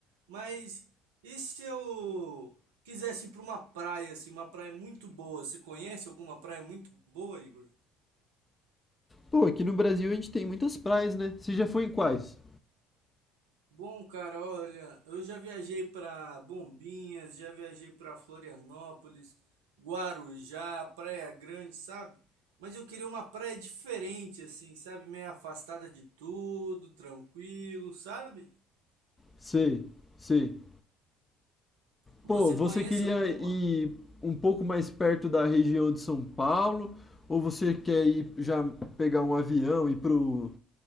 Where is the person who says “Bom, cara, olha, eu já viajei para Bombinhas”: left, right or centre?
Right